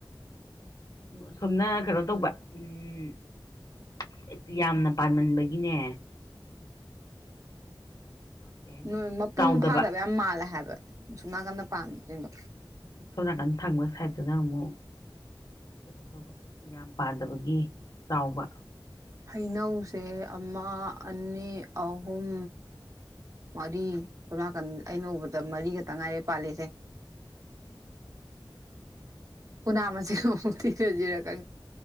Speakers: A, on the left; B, on the right.
A: ꯑꯁꯣꯝꯅ ꯀꯩꯅꯣ ꯇꯧꯕ ꯎꯝ ꯌꯥꯝꯅ ꯄꯥꯃꯟꯕꯒꯤꯅꯦ ꯀꯩ ꯍꯥꯏꯅꯤ
B: ꯅꯣꯏ ꯃꯄꯨꯡ
A: ꯆꯥꯎꯗꯕ
B: ꯐꯥꯗꯕ ꯌꯥꯝ ꯃꯥꯜꯂꯦ ꯍꯥꯏꯕ ꯁꯨꯡꯅꯥ ꯀꯅ ꯄꯥꯟꯕꯥꯁꯤꯡꯗꯣ
A: ꯁꯣꯅꯥꯒꯅ ꯊꯥꯡꯕ ꯁꯥꯏ ꯑꯗꯨꯗ ꯑꯃꯨꯛ ꯀꯩꯅꯣ ꯇꯧꯕ ꯌꯥꯝ ꯄꯥꯗꯕꯒꯤ ꯆꯥꯎꯕ
B: ꯍꯩꯅꯧꯁꯦ ꯑꯃ ꯑꯅꯤ ꯑꯍꯨꯝ ꯃꯔꯤ ꯇꯣꯝꯀꯟ ꯑꯩꯅ ꯎꯕꯗ ꯃꯔꯤꯒ ꯇ ꯉꯥꯏꯔꯦ ꯄꯥꯜꯂꯤꯁꯦ ꯎꯅ ꯑꯃꯖꯤꯛꯇꯔꯖꯤꯔꯀꯦ